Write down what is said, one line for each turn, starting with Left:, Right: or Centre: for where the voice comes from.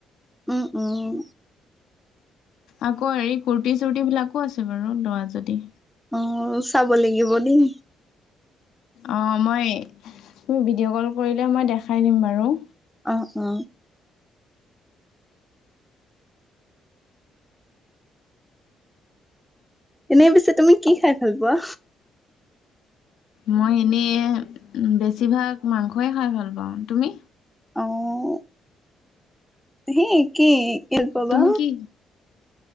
Centre: উম উম
Left: আকৌ হেৰি কুৰ্্তি চৰ্্তি বিলাকো আছে বাৰু ল'ৰা যদি
Centre: অ চাব লাগিব দেই
Left: অঁ মই তি ভিডিঅ' কল কৰিলে মই দেখাই দিম বাৰু
Centre: অ অ এনেই পিছে তুমি কি খাই ভাল পোৱা
Left: মই এনেই বেছিভাগ মাংসয়ই খাই ভাল পাওঁ তুমি
Centre: আৰু হেই কি হ পাবা
Left: তুমি কি